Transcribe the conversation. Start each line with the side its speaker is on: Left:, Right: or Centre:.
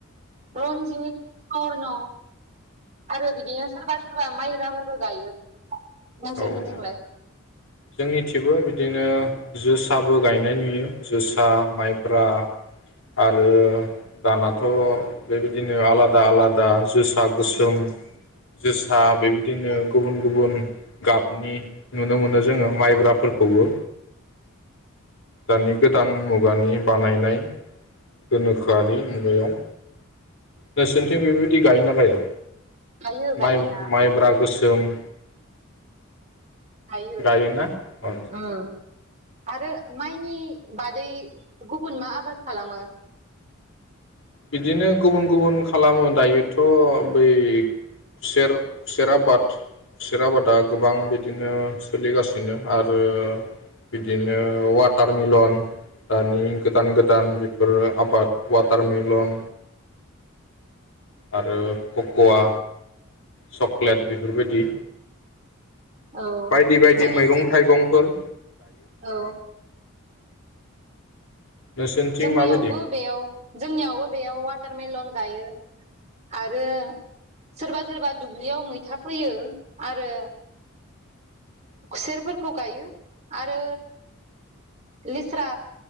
Right: रन्जित सरन' आरो बिदिनो सोरबा सोरबा माइब्राफोरबो गायो। नोंसोरनिथिंलाय?
Left: औ औ
Right: <inaudible>
Left: जोंनिथिंबो बिदिनो जोसाबो गायनाय नुयो जोसा माइब्रा आरो दानाथ' बेबायदिनो आलादा आलादा जोसा गोसोम जोसा बेबायदिनो गुबुन गुबुन गाबनि नुनो मोनो जोङो माइब्राफोरखौबो दानि गोदान मुगानि बानायनाय गोनोखोआरि मुगायाव। नोंरसोरनिथिं बेबायदि गायो ना गाया?
Right: गायो गायनाया
Left: माइ माइब्रा गोसोम।
Right: गायो
Left: गायोना
Right: उम। आरो माइनि बादै गुबुन मा आबाद खालामो?
Left: बिदिनो गुबुन गुबुन खालामो दायोथ' बै खुसेर खुसेर आबाद खुसेर आबादा गोबां बिदिनो सोलिगासिनो आरो बिदिनो वाटार मिलन दानि गोदान गोदान बेफोरो आबाद वाटार मिल लन। आरो ककवा चक्लेट बेफोरबायदि।
Right: औ
Left: बायदि बायदि
Right: जोंनि
Left: मैगं-थाइगंफोर।
Right: औ।
Left: नोंसोरनिथिं
Right: जोंनियावबो
Left: माबायदि
Right: बेयाव जोंनियावबो बेयाव वाटारमेलन गायो आरो सोरबा सोरबा दुब्लियाव मैथा फोयो आरो खुसेरफोरखौ गायो आरो लेस्रा